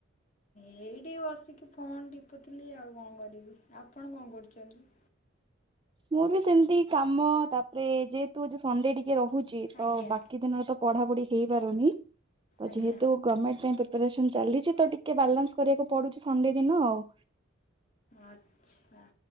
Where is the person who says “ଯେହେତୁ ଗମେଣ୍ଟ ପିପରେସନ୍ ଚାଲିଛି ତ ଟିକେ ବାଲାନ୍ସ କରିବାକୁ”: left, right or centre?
Right